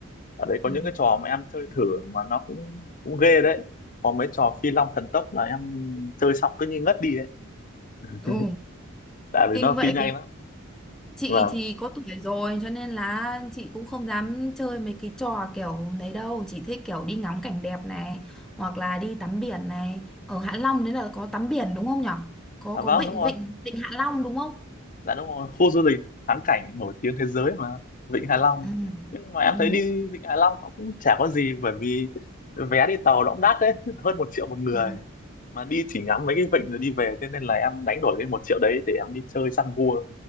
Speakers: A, on the left; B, in the centre.
A: ở đấy có
B: Ừ.
A: những cái trò mà em chơi thử mà nó cũng cũng ghê đấy có mấy trò phi long thần tốc là em chơi xong cứ như ngất đi ấy <laughs>
B: Ồ,
A: tại vì
B: kinh
A: nó
B: vậy
A: phi nhanh lắm
B: chị
A: vâng
B: thì có tuổi rồi cho nên là chị cũng không dám chơi mấy cái trò kiểu đấy đâu chỉ thích kiểu đi ngắm cảnh đẹp này hoặc là đi tắm biển này ở Hạ Long đấy là có tắm biển đúng không nhở có
A: à vâng
B: có vịnh
A: đúng rồi
B: vịnh vịnh Hạ Long đúng không
A: dạ đúng rồi khu du lịch thắng cảnh nổi tiếng thế giới mà Vịnh Hạ Long
B: ừ
A: nhưng mà em
B: ừ
A: thấy đi Vịnh Hạ Long nó cũng chả có gì bởi vì vé đi tàu nó cũng đắt đấy <laughs> hơn một triệu một người
B: ừ
A: mà đi chỉ ngắm mấy cái vịnh rồi đi về thế nên là em đánh đổi cái một triệu đấy để em đi chơi săn gua